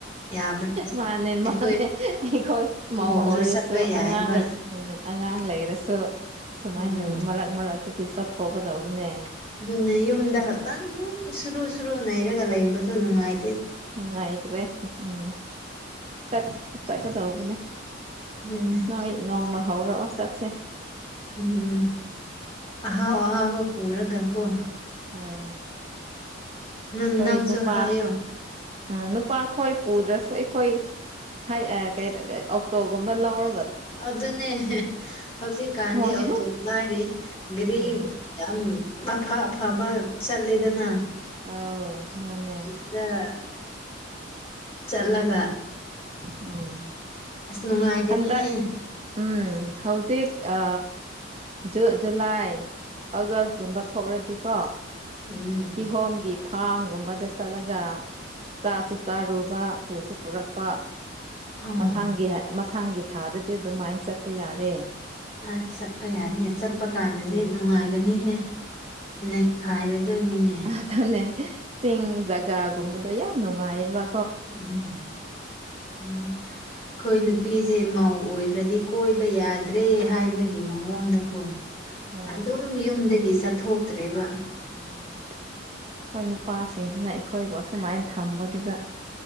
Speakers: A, on the left; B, on the right.
A: ꯌꯥꯕ꯭ꯔꯥ
B: ꯃꯥꯅꯦ
A: ꯑꯩꯈꯣꯏ
B: ꯃꯥꯅꯦ ꯑꯩꯈꯣꯏ ꯃꯧ
A: ꯃꯧꯁꯨ
B: ꯑꯣꯏꯔꯁꯨ
A: ꯆꯠꯄ ꯌꯥꯏꯕ
B: ꯑꯉꯥꯡ ꯂꯩ ꯎꯝ ꯑꯉꯥꯡ ꯂꯩꯔꯁꯨ ꯁꯨꯃꯥꯏꯅ
A: ꯎꯝ
B: ꯃꯔꯛ ꯃꯔꯛꯇꯗꯤ ꯆꯠꯊꯣꯛꯀꯗꯧꯕꯅꯦ
A: ꯑꯗꯨꯅꯦ ꯌꯨꯝꯗ ꯈꯛꯇꯪ ꯗꯨꯝ ꯁꯨꯔꯨ ꯁꯨꯔꯨ ꯅꯩꯔꯒ ꯂꯩꯕꯗꯣ ꯅꯨꯡꯉꯥꯏ
B: ꯅꯨꯡꯉꯥꯏꯇ꯭ꯔꯦ ꯎꯝ ꯆꯠ ꯆꯠꯀꯗꯧꯕꯅꯦ
A: ꯅꯦ ꯅꯦ
B: ꯅꯣꯏ ꯅꯣꯡꯃ ꯍꯧꯔꯛꯑꯣ ꯆꯠꯁꯦ
A: ꯎꯝ ꯑꯍꯥꯎ ꯑꯍꯥꯎꯕ ꯄꯨꯔꯒ ꯀꯣ
B: ꯍꯣꯏ
A: ꯅꯪ
B: ꯈꯣꯏ
A: ꯅꯪꯁꯨ
B: ꯅꯨꯄꯥ
A: ꯍꯥꯏꯌꯣ
B: ꯎꯝ ꯅꯨꯄꯥꯈꯣꯏ ꯄꯨꯗ꯭ꯔꯁꯨ ꯑꯩꯈꯣꯏ ꯍꯥꯏ ꯑꯥ ꯀꯩꯅꯣ ꯀ ꯑꯣꯛꯇꯣꯒꯨꯝꯕ ꯂꯧꯔ
A: ꯑꯗꯨꯅꯦ ꯍꯦ ꯍꯧꯖꯤꯛꯀꯥꯟꯗꯤ
B: ꯍꯣꯏ
A: ꯑꯣꯇꯣꯕꯨ ꯂꯥꯏꯔꯤ ꯒꯥꯔꯤ
B: ꯎꯝ
A: ꯌꯥꯝ ꯑꯐꯥ ꯑꯐꯥꯕ ꯆꯠꯂꯦꯗꯅ
B: ꯑꯧ ꯃꯥꯅꯦ
A: <unintelligible> ꯆꯠꯂꯒ
B: ꯎꯝ
A: ꯑꯁ ꯅꯨꯡꯉꯥꯏꯒꯅꯤꯍꯦ
B: ꯍꯟꯗꯛ ꯎꯝ ꯍꯧꯖꯤꯛ ꯑ ꯖꯨ ꯖꯨꯂꯥꯏ ꯑꯒꯥꯁ ꯀꯨꯝꯕ ꯊꯣꯛꯔꯗꯤꯀꯣ
A: ꯎꯝ
B: ꯀꯤꯍꯣꯝꯒꯤ ꯐꯥꯔꯝꯒꯨꯝꯕꯗ ꯆꯠꯂꯒ ꯆꯥꯁꯨ ꯆꯥꯔꯨꯕ ꯄꯨꯁꯨ ꯄꯨꯔꯛꯄ
A: ꯑꯣ
B: ꯃꯊꯥꯡꯒꯤ ꯃꯊꯥꯡꯒꯤ ꯊꯥꯗꯗꯤ ꯑꯗꯨꯃꯥꯏꯟ ꯆꯠꯄ ꯌꯥꯔꯦ
A: ꯑꯁ ꯆꯠꯄ ꯌꯥꯔꯦꯍꯦ ꯆꯠꯄ ꯀꯥꯟꯗꯗꯤ
B: ꯎꯝ
A: ꯅꯨꯡꯉꯥꯏꯒꯅꯤꯍꯦ ꯅꯩ ꯈꯥꯢꯔꯗꯣꯏꯅꯤꯅꯦ
B: ꯑꯊꯨꯅꯦ ꯆꯤꯡ ꯖꯒꯥꯒꯨꯝꯕꯗꯣ ꯌꯥꯝ ꯅꯨꯡꯉꯥꯏꯌꯦꯕ
A: ꯎꯝ ꯎꯝ ꯑꯈꯣꯏ ꯅꯨꯄꯤꯖꯦ ꯃꯧ ꯑꯣꯏꯈ꯭ꯔꯗꯤ ꯀꯣꯏꯕ ꯌꯥꯗ꯭ꯔꯦ ꯍꯥꯏꯕꯒꯤ ꯃꯑꯣꯡꯗꯀꯣ
B: ꯍꯣꯏ
A: ꯑꯗꯨꯝ ꯌꯨꯝꯗꯒꯤ ꯆꯠꯊꯣꯛ ꯇꯔ꯭ꯦꯕꯥ
B: ꯎꯝ ꯈꯣꯏ ꯅꯨꯄꯥꯁꯤꯡꯁꯤꯅ ꯑꯩꯈꯣꯏꯕꯨ ꯑꯁꯨꯃꯥꯏꯟ ꯊꯝꯕꯗꯨꯗ